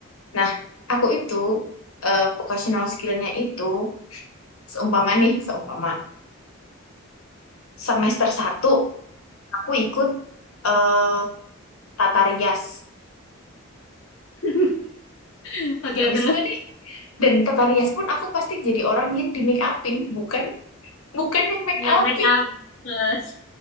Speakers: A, on the left; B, on the left.
A: Nah, aku itu eh, vocational skill-nya itu seumpama nih, seumpama semester satu aku ikut eh tata rias.
B: <laughs> Oke,
A: Habis
B: terus
A: itu nih dan tata rias pun aku pasti jadi orang yang di make upin, bukan bukan yang make
B: yang
A: upin.
B: make up. Terus,